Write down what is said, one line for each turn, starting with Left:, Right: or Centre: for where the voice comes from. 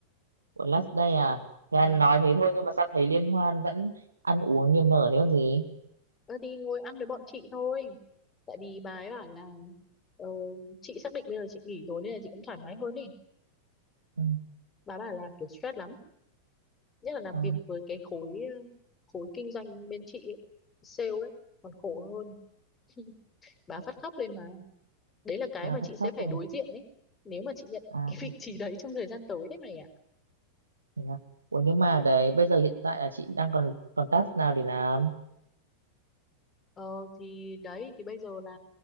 Right: của last day à thế
Left: ờ
Right: anh nói thế thôi nhưng mà sao thấy liên hoan vẫn ăn uống niềm nở thế còn gì
Left: ờ, thì ngồi ăn với bọn chị thôi tại vì bà ấy bảo là ờ, chị xác định bây giờ chị nghỉ rồi nên là chị cũng thoải mái hơn đi
Right: Ừ.
Left: bà bảo là kiểu stress lắm nhất là làm
Right: Ờ,
Left: việc với cái khối ờ, khối kinh doanh bên chị ấy, sale ấy còn khổ hơn <laughs> bà
Right: ừ,
Left: phát khóc lên mà đấy là cái
Right: bà
Left: mà
Right: phát
Left: chị
Right: khóc
Left: sẽ phải
Right: rồi
Left: đối diện đấy nếu mà chị nhận
Right: à
Left: cái vị trí đấy trong thời gian tới đấy mày ạ
Right: thế à ủa nhưng mà đấy bây giờ hiện tại là chị đang còn còn task nào để làm
Left: ờ thì đấy thì bây giờ là